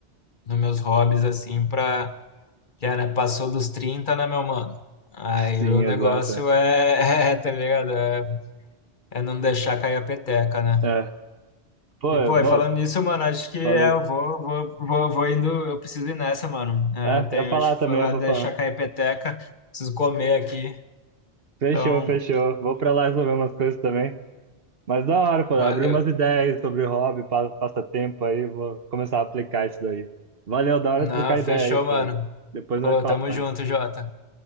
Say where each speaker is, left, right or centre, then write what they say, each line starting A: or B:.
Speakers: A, on the left; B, on the right.
A: nos meus hobbies, assim, pra, que é, né, passou dos trinta né, meu mano? Aí
B: <laughs> Sim,
A: o negócio
B: exato. é.
A: é, <laughs> é, tá ligado? É, é não deixar cair a peteca, né?
B: É. Pô,
A: E,
B: eu-
A: pô,
B: bom,
A: e falando nisso, mano, acho que é,
B: falei.
A: eu vou, vou, vou, vou indo, eu preciso ir nessa, mano. É,
B: É,
A: tenho,
B: ia falar
A: acho que
B: também,
A: falar,
B: eu vou
A: deixar
B: falar.
A: cair a peteca, preciso comer aqui,
B: Fechou,
A: então,
B: fechou. Vou pra lá resolver umas coisas também. Mas da hora, pô,
A: valeu.
B: abriu umas ideias sobre hobby, pa- passatempo aí, vou começar a aplicar isso daí. Valeu, da hora
A: Não,
B: trocar
A: fechou,
B: ideia aí, Fred.
A: mano.
B: Depois
A: Ô,
B: nós falamos
A: tamo
B: mais.
A: junto, Jota.